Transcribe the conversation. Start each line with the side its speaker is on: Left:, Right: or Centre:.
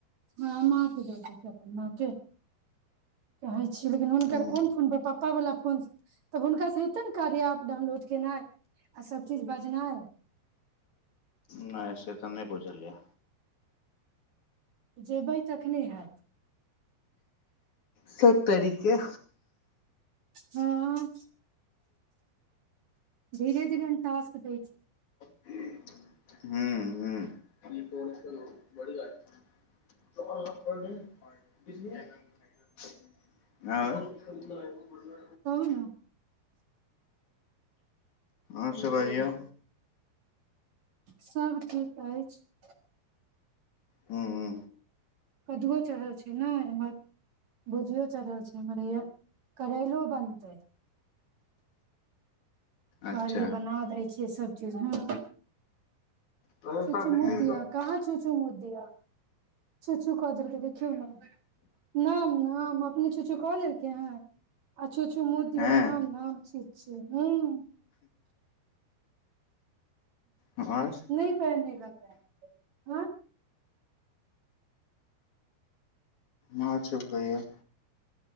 Right: हँ माँ के जोरि दै छै अपन मां के च छी लेकिन हुनकर
Left: हूँ
Right: कोन कोन पर पप पप्पा बला फोन तऽ हुनका से हेतै ने कार्य एप डाउनलोड केनाइ आ सब चीज बजनाइ
Left: नहि से तऽ नहि बुझलिया
Right: जेबै तखने हाएत
Left: सभ तरीके
Right: हँ धीरे धीरे टास्क दै छै
Left: हुं हुं हं
Right: कहू न
Left: आओस बाजियौ
Right: सभ ठीक अछि
Left: हुं हुं
Right: कदूओ चढ़ल छै न एमहर भुजियो चढ़ल छै एमहर हैया करैलो बनतै
Left: अच्छा
Right: खाली बना दै छैय सब चीज ह
Left: हँ
Right: चू चु मुत दिया कहाँ छूचु मुत दिया चू सु कजरके छौ न नाम न अपने चु छू क लेलकै है आ चुछु मुत दिया
Left: हँ
Right: नाम न हँ
Left: आओर
Right: नहि पहिनेगा पेन्ट
Left: माँ छै कहिय